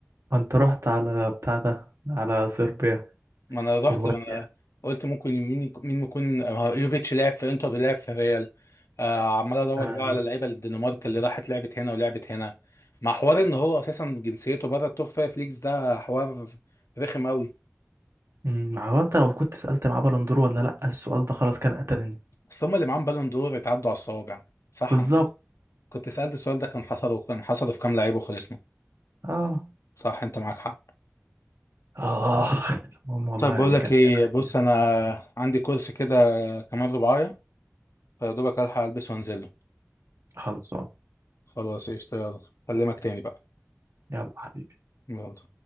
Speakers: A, on the right; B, on the left.
A: ما انت رحت على بتاع ده على صربيا
B: ما انا رحت
A: كرواتيا
B: ما انا قلت ممكن مين يك- مين يكون آه، يوفيتش لعب في انتر لعب في ريال آه، عمال ادور
A: آه.
B: بقى على لعيبه الدنمارك اللي راحت لعبت هنا ولعبت هنا مع حوار ان هو اساسا جنسيته بره التوب فايف ليجز ده حوار رخم قوي
A: مم، ما هو انت لو كنت سألت معاه بالون دور ولا لأ السؤال ده خلاص كان قتلني
B: اصل هم اللي معاهم بالون دور اتعدوا على الصوابع صح
A: بالظبط
B: كنت سألت السؤال ده كان حصل كان حصل في كام لعيب وخلصنا
A: اه
B: صح انت معاك حق
A: آخ المهم والله
B: طيب بقول
A: يعني
B: لك
A: كانت
B: ايه
A: لعبة
B: بص
A: لذيذة
B: انا عندي كورس كده كمان ربعاية فيا دوبك الحق البس وانزله
A: خلصان
B: خلاص قشطة يلا اكلمك تاني بقى
A: يلا حبيبي
B: يلا